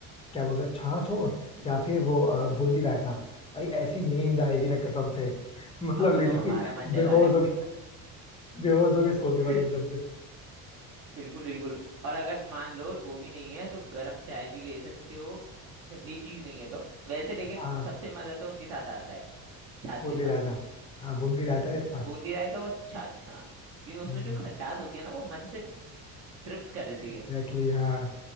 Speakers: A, on the left; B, on the right.
A: क्या बोलते हैं छाछ हो या फिर वो अ, बूंदी रायता भाई ऐसी नींद आएगी ना कसम से <laughs> मतलब
B: अब तो
A: लिटरली
B: तुम हमारा मन जगा
A: बेहोश
B: रहे
A: हो गए बेहोश हो गए सो गए
B: हो
A: भाई एकदम से
B: बिल्कुल बिल्कुल और अगर मान लो वो भी नहीं है तो गर्म चाय भी ले सकते हो ठंडी चीज नहीं है तो वैसे लेकिन
A: हाँ
B: सबसे मजा तो उसके साथ आता है छाछ
A: बूंदी
B: के साथ
A: रायता हाँ बूंदी रायता या छाछ
B: बूंदी रायता और छाछ हाँ क्योंकि उसमें
A: हम्म
B: जो खटास होती है ना वो मन से तृप्त कर देती
A: एग्जैक्टली
B: है
A: exactly, हाँ